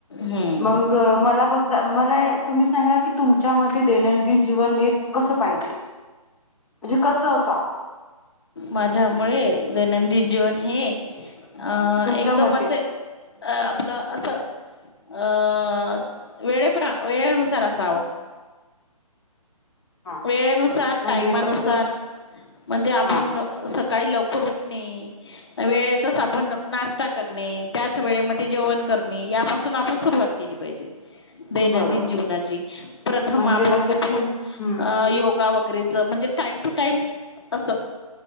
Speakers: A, on the left (about 45°); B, in the centre.
A: हम्म
B: मंग मला बघ मला तुम्ही सांगा की तुमच्या म दैनंदिन जीवन एक कस पाहिजे म्हणजे कस असाव?
A: माझ्यामुळे दैनंदिन जीवन हे अं
B: तुमच्या
A: एकदम
B: मते
A: माझ अ आपला असं अं वेळेप वेळेनुसार असावं.
B: <inaudible> हा
A: वेळेनुसार
B: म्हणजे
A: टाइमानुसार
B: कसं
A: म्हणजे आप
B: हा
A: सकाळी लवकर उठणे वेळेतच आपण नाश्ता करणे. त्याच वेळेमध्ये जेवण करने यापासून आपण सुरुवात केली पाहिजे. दैनंदिन
B: बरोबर
A: जीवनाची प्रथम
B: म्हणजे
A: आपण
B: कसं
A: उठून
B: की हम्म
A: अ योगा व म्हणजे टाइम टू टाइम अस.